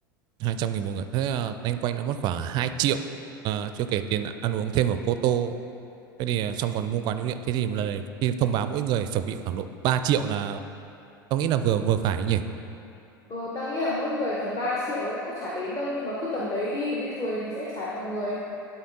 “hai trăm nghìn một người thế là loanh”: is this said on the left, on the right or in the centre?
Right